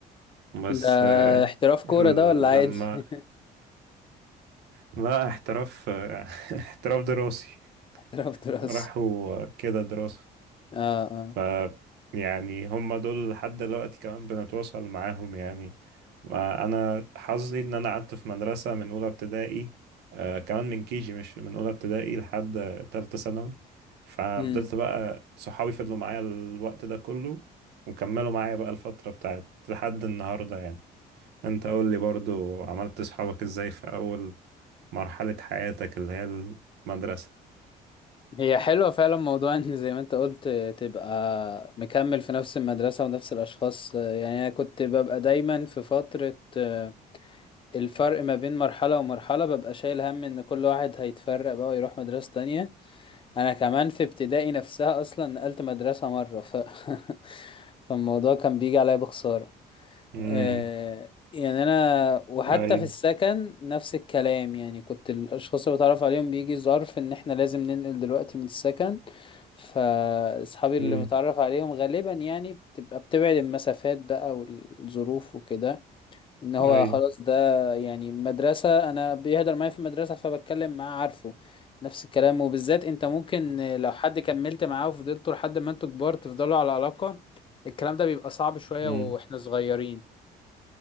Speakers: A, on the right; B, on the left.
A: بس
B: ده
A: آه
B: احتراف كورة
A: ال...
B: ده ولا عادي
A: لما
B: <laughs>
A: لا احتراف <laughs> آه احتراف دراسي
B: احتراف دراسي
A: راحوا آه، كده دراسة
B: اه اه
A: ف يعني هم دول لحد دلوقتي كمان بنتواصل معاهم يعني انا حظي ان انا قعدت في مدرسة من اولى ابتدائي آه كمان من كيجي مش من اولى ابتدائي لحد تالتة ثانوي ففضلت
B: امم
A: بقى صحابي فضلوا معايا الوقت ده كله وكملوا معايا بقى الفترة بتاعت لحد النهاردة يعني انت قول لي برضو عملت صحابك ازاي في اول مرحلة حياتك اللي هي المدرسة
B: هي حلوة فعلا موضوع ان زي ما انت قلت قلت تبقى مكمل في نفس المدرسة ونفس الأشخاص يعني أنا كنت ببقى دايما في فترة آه، الفرق ما بين مرحلة ومرحلة ببقى شايل هم ان كل واحد هيتفرق بقى ويروح مدرسة تانية انا كمان في ابتدائي نفسها اصلا نقلت مدرسة مرة ف... <laughs> فالموضوع كان بيجي عليا بخسارة
A: امم
B: آه، يعني انا وحتى
A: اي
B: في السكن نفس الكلام يعني كنت الاشخاص اللي بتعرف عليهم بيجي ظرف ان احنا لازم ننقل دلوقتي من السكن فاصحابي اللي
A: امم
B: متعرف عليهم غالبا يعني بتبقى بتبعد المسافات بقى والظروف وكده ان هو
A: اي
B: خلاص ده يعني المدرسة انا بيهدر معايا في المدرسة فبتكلم معاه عارفه نفس الكلام وبالذات انت ممكن لو حد كملت معاه وفضلتوا لحد ما انتوا كبار تفضلوا على علاقة الكلام ده بيبقى صعب شوية
A: امم
B: واحنا صغيرين